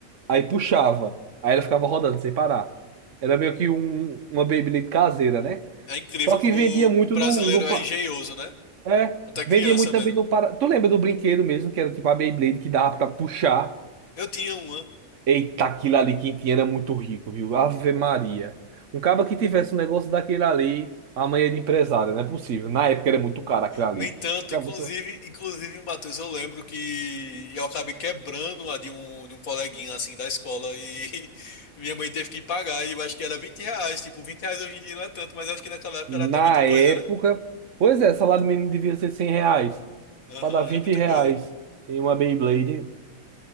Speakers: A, on the right (about 60°); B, on the left (about 75°).
A: Aí puxava. Aí ela ficava rodando sem parar. Era meio que um, uma Beyblade caseira, né?
B: É incrível
A: Só que
B: como
A: vendia
B: o
A: muito
B: o brasileiro
A: no, no pa-
B: é engenhoso, né?
A: é,
B: Até
A: vendia
B: criança
A: muito também
B: mesmo.
A: no para. Tu lembra do brinquedo mesmo, que era tipo a Beyblade que dava pra puxar?
B: Eu tinha uma.
A: Eita, aquilo ali quem tinha era muito rico, viu? Ave Maria. Um cara que tivesse um negócio daquele ali, amanhã de empresário, não é possível. Na época era muito caro aquilo ali.
B: Nem tanto,
A: Era
B: inclusive,
A: muito.
B: inclusive, Matheus, eu lembro que eu acabei quebrando a de um, de um coleguinha, assim, da escola e <laughs> minha mãe teve que pagar e eu acho que era 20 reais. Tipo, 20 reais hoje em dia não é tanto, mas acho que naquela época
A: Na
B: era até muita coisa,
A: época.
B: né?
A: Pois é, salário mínimo devia ser 100 reais.
B: Aham,
A: Pra dar 20
B: era muita
A: reais
B: coisa.
A: em uma Beyblade.